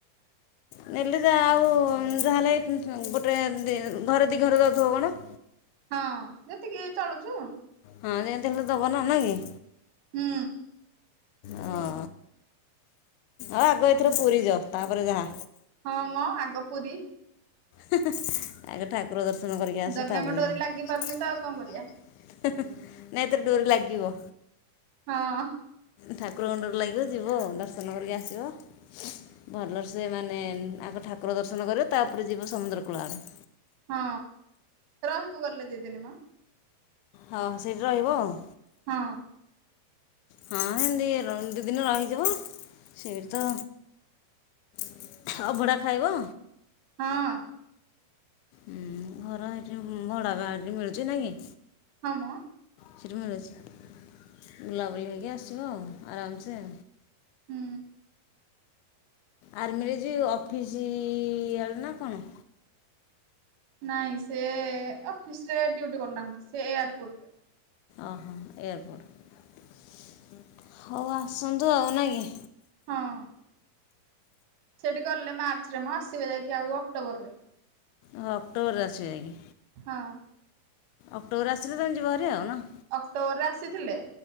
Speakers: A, on the left; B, on the right.
A: ନେଲେ ଯାହା ହୋଉ ଯାହା ହେଲେ ଉଁମ ଗୋଟେ ଦି ଘରେ ଦିଘର ଦୋଉଥିବନା?
B: ହଁ ଯେତିକି ଚଳୁଚୁ।
A: ହଁ ଯେମିତି ହେଲେ ଦବନା ନାଁ କି?
B: ହୁଁ।
A: ହଁ ଆ ଆଗ ଏଥର ପୁରି ଯଅ ତାପରେ ଯାହା।
B: ହଁ ମଁ ଆଗ ପୁରି।
A: <unintelligible> ଆଗ ଠାକୁର ଦର୍ଶନ କରିକି ଆସ
B: ଜଗାଙ୍କ
A: ତାପରେ
B: ଡୋରି
A: ଯାହା।
B: ଲାଗି ପାରୁନି ତ ଆଉ କଣ କରିବା
A: ନାଁଇ ଏଥର ଡୋରି ଲାଗିିବ।
B: ହଁ।
A: ଠାକୁରଙ୍କ ଡୋରି ଲାଗିବ ଯିବ ଦର୍ଶନ କରିକି ଆସିବ। ଭଲସେ ମାନେ ଆଗ ଠାକୁର ଦର୍ଶନ କରିବ ତାପରେ ଯିବ ସମୁଦ୍ର କୂଳ ଆଡେ।
B: ହଁ ରହିବୁ ଗଲେ ଦି ଦିନି ମ।
A: ହଁ ସେଇଠି ରହିବ ଆଉ।
B: ହଁ।
A: ହଁ ଏମତି ର ଦିଇ ଦିନି ରହିଯିବ। ସେଇଠି ତ <unintelligible> ଅଭଢା ଖାଇବ।
B: ହଁ।
A: ହୁଁ ଘର ଏଠି ଭଡା ବା ହେଠି ମିଳୁଚି ନା କି?
B: ହଁମ।
A: ସେ ରୁମ ରେ ଅଛି ବୁଲାବୁଲି ହେଇକି ଆସିବ ଆଉ ଆରାମସେ।
B: ହୁଁ।
A: ଆର୍ମିରେ ଯିଏ ଅଫିସ୍ ଆଳୁ ନା କଣ?
B: ନାଇ ସେ ଅଫିସ୍ ରେ ଡ୍ୟୁଟି କରୁନାହାନ୍ତି ସେ ଏୟାରପୋର୍ଟ ରେ।
A: ଓହୋ ଏୟାରପୋର୍ଟ ହଉ ଆସନ୍ତୁ ଆଉ ନାଇ କି?
B: ହଁ ସେଠି ଗଲେ ମାର୍ଚ୍ଚରେ ମ ଆସିବ ଯାଇକି ଆଉ ଅକ୍ଟୋବରରେ।
A: ଓ ଅକ୍ଟୋବର ଆସିବ ଯାଇକି?
B: ହଁ।
A: ଅକ୍ଟୋବର ରେ ଆସିଲେ ତମେ ଯିବ ହାରି ଆଉ ନୁହଁ?
B: ଅକ୍ଟୋବର ରେ ଆସିଥିଲେ।